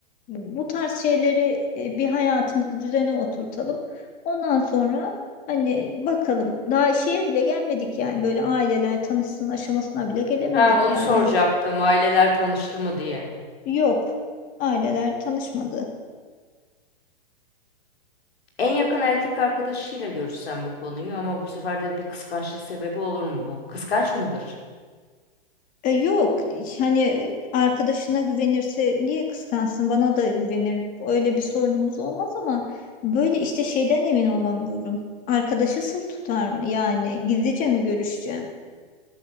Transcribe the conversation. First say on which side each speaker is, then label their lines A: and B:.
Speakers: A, on the left; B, on the left.
A: bu tarz şeyleri e, bir hayatımızı düzene oturtalım ondan sonra hani bakalım daha şeye bile gelmedik yani böyle aileler tanışsın aşamasına bile gelemedik
B: Ha, onu
A: yani
B: soracaktım. Aileler tanıştı mı diye.
A: yok aileler tanışmadı.
B: En yakın erkek arkadaşıyla görüşsen bu konuyu ama bu sefer de bir kıskançlık sebebi olur mu bu? Kıskanç mıdır?
A: E, yok hani arkadaşına güvenirse niye kıskansın bana da güvenir öyle bir sorunumuz olmaz ama böyle işte şeyden emin olamıyorum arkadaşı sır tutar mı yani gizlice mi görüşeceğim